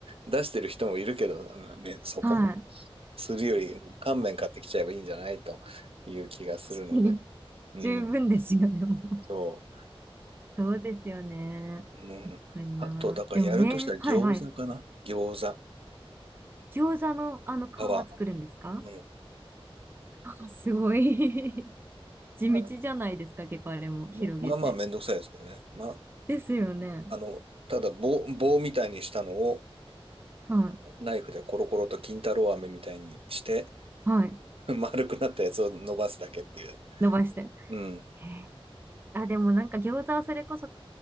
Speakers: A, on the right; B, on the right.
A: 出してる人もいるけど、ね、そこまで
B: はい。確
A: するより、乾麺買ってきちゃえばいいんじゃないという気がするので。
B: かに、<laughs>
A: うん、
B: 十分ですよ、でも。<laughs>
A: そ
B: そうですよね。
A: う。うん、
B: 確かにな。
A: あと、だからやるとしたら餃子かな餃子、
B: でもね、はいはい。餃子のあの皮作るんですか
A: 皮。うん。
B: <laughs> あ、すごい。<laughs> 地道じゃないですか、
A: あれ、
B: 結構あれも広げて。
A: ま、まあまあめんどくさいですけどね。まあ、
B: ですよね。
A: あの、ただ棒、棒みたいにしたのを
B: はい。
A: ナイフでコロコロと金太郎飴みたいにして、
B: はい。
A: <laughs> 丸くなったやつを伸ばすだけっていう。
B: 伸ばして。
A: うん。
B: へえあ、でもなんか餃子はそれこそ皮、